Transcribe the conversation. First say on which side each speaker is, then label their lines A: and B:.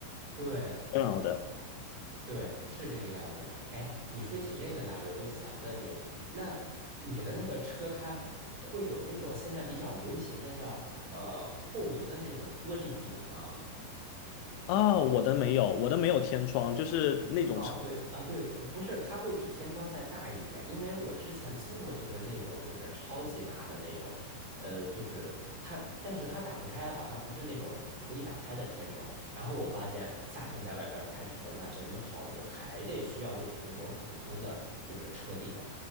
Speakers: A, on the right; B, on the left.
A: 对
B: 煎熬的。
A: 对，是这个样子。哎，你说起这个来，我就想问你，那你的那个车，它会会有那种现在比较流行的叫呃透明的那种玻璃顶吗？
B: 啊、我的没有，我的没有天窗，就是那种。
A: 啊，
B: 车。
A: 对啊，对，呃不是，它会比天窗再大一点，因为我之前租过，就是那种就是超级大的那种，呃，就是它，但是它打不开啊，它不是那种可以打开的天窗。然后我发现夏天在外边开车那真的好热，还得需要就是那种普通的就是车顶。